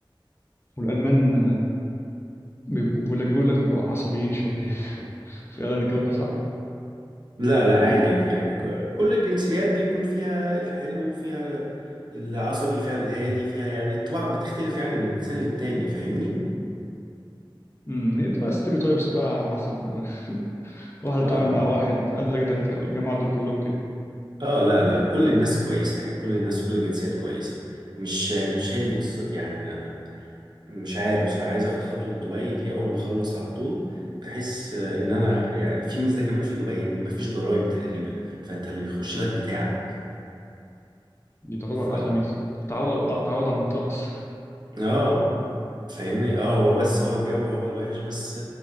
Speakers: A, on the left (about 30°); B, on the right (about 55°).
A: والالمان بيبقوا- بيقول لك بيقول لك بيبقوا عصبيين شويه <laughs> فعلا الكلام ده صح
B: لا لا عادي يعني ك- كل الجنسيات بيكون فيها الحلو فيها العصبي فيها الهادي فيها يعني الطباع بتختلف يعني من إنسان للتاني فاهمني؟
A: امم هي بتبقى ستيريوتايبس بقى على حسب واحد اتعامل
B: آه
A: مع واحد قال لك ده الج- الجماعة دول كلهم كده
B: آه لا لا كل الناس كويسة يعني كل الناس كل الجنسيات كويسة مش مش هي
A: مم.
B: دي قصتي يعني أنا مش عارف بصراحة عايز آخد خطوة دبي دي أول ما أخلص على طول بحيث آه، إن أنا يعني في ميزة كمان في دبي إن مفيش ضرايب تقريبا فأنت اللي بيخش لك بتاعك
A: دي تعتبر
B: ف...
A: أحلى ميزة تعوض بقى تعوض عن الطقس
B: اه فاهمني اه هو بس هو الجو هو الوحش بس